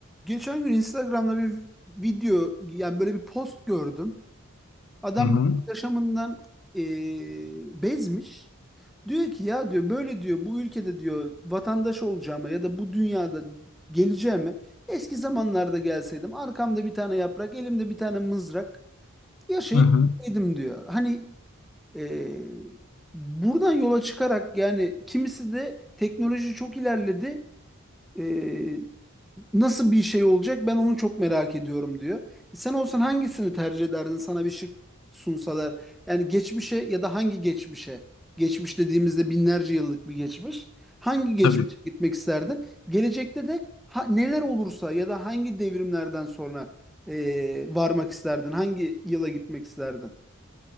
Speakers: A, in the centre; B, on the left (about 65°).
A: Geçen gün Instagram'da bir video yani böyle bir post gördüm. Adam
B: Hı hı.
A: böyle yaşamından eee, bezmiş. Diyor ki ya diyor böyle diyor bu ülkede diyor vatandaş olacağıma ya da bu dünyada geleceğime eski zamanlarda gelseydim arkamda bir tane yaprak elimde bir tane mızrak yaşayıp
B: Hı hı.
A: gitseydim diyor. Hani eee, buradan yola çıkarak yani kimisi de teknoloji çok ilerledi. Ee, nasıl bir şey olacak ben onu çok merak ediyorum diyor. E, Sen olsan hangisini tercih ederdin sana bir şık sunsalar? Yani geçmişe ya da hangi geçmişe? Geçmiş dediğimizde binlerce yıllık bir geçmiş. Hangi geçmişe
B: Tabii.
A: gitmek isterdin? Gelecekte de ha- neler olursa ya da hangi devrimlerden sonra ee, varmak isterdin? Hangi yıla gitmek isterdin?